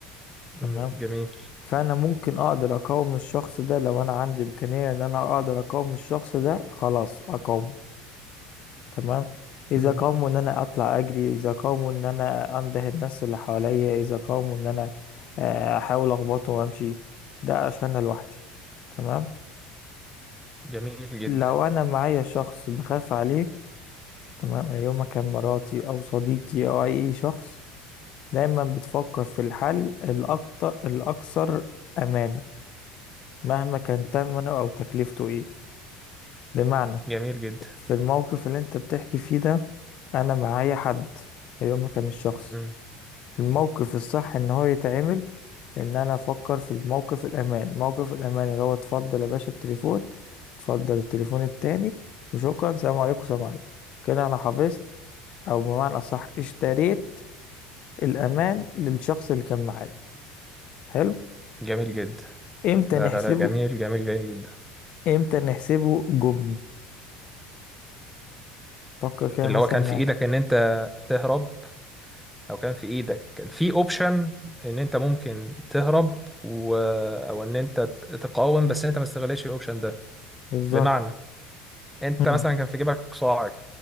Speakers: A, on the left; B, in the centre.
A: تمام
B: امم جميل
A: فانا ممكن اقدر اقاوم الشخص ده لو انا عندي امكانية ان انا اقدر اقاوم الشخص ده خلاص اقاومه تمام اذا
B: امم
A: قاوموا ان انا اطلع اجري اذا قاوموا ان انا انده الناس اللي حواليا اذا قاوموا ان انا آه، احاول اخبطه وامشي ده عشان أنا لوحدي تمام
B: جميل جدا
A: لو انا معايا شخص بخاف عليه تمام يوم كان مراتي او صديقي او اي شخص دايما بتفكر في الحل الاكتر الاكثر امانة مهما كان تمنه أو تكلفته إيه بمعنى
B: جميل جدا
A: في الموقف اللي أنت بتحكي فيه ده أنا معايا حد هي ما كان الشخص
B: امم
A: الموقف الصح إن هو يتعمل إن أنا أفكر في الموقف الأمان موقف الأمان اللي هو اتفضل يا باشا التليفون اتفضل التليفون التاني وشكرا سلام عليكم سلام عليكم كده أنا حفظت أو بمعنى أصح اشتريت الأمان للشخص اللي كان معايا حلو
B: جميل جدا
A: إمتى
B: لا
A: نحسبه
B: لا لا جميل جميل جميل جدا
A: إمتى نحسبه جبن فكر كده
B: اللي
A: مثلا
B: هو كان
A: معايا
B: في ايدك ان انت تهرب او كان في ايدك كان في اوبشن ان انت ممكن تهرب و... او ان انت ت- تقاوم بس انت ما استغلتش الاوبشن ده
A: بالظبط
B: بمعنى انت
A: مم.
B: مثلا كان في جيبك صاعد